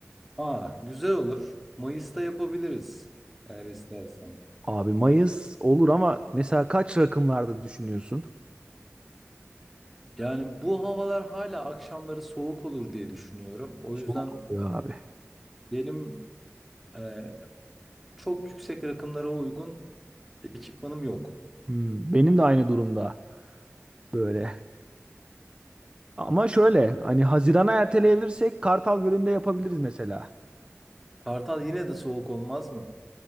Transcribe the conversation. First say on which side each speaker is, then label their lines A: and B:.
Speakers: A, in the centre; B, on the right.
A: Aa güzel olur. Mayıs'ta yapabiliriz eğer istersen.
B: Abi Mayıs olur ama mesela kaç rakımlarda düşünüyorsun?
A: Yani bu havalar hala akşamları soğuk olur diye düşünüyorum. O
B: Soğuk
A: yüzden
B: oluyor abi.
A: benim e, çok yüksek rakımlara uygun ekipmanım yok.
B: Hmm, benim de aynı durumda böyle. Ama şöyle hani Haziran'a erteleyebilirsek Kartal Gölü'nde yapabiliriz mesela.
A: Kartal yine de soğuk olmaz mı?